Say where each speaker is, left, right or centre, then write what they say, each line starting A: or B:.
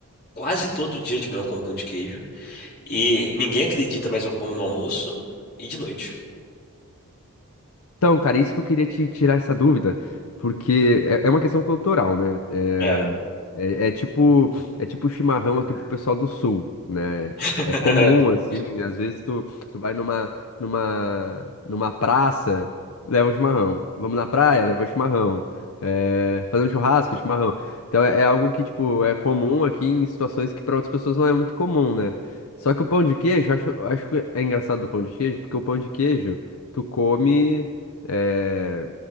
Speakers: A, on the left (about 45°); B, on the left (about 70°).
A: quase todo dia de manhã eu como pão de queijo e ninguém acredita, mas eu como no almoço e de noite.
B: Então, cara, isso que eu queria te tirar essa dúvida, porque é, é uma questão cultural, né? É,
A: É.
B: é- é tipo é tipo chimarrão
A: Hum.
B: aqui pro pessoal do sul, né?
A: <laughs>
B: É comum, assim, às vezes tu, tu vai numa, numa, numa praça, leva um chimarrão. Vamos na praia, leva um chimarrão. É, fazer um churrasco, chimarrão. Então é, é algo que, tipo, é comum aqui em situações que para outras pessoas não é muito comum, né? Só que o pão de queijo, eu acho, eu acho que é engraçado do pão de queijo, porque o pão de queijo, tu come é,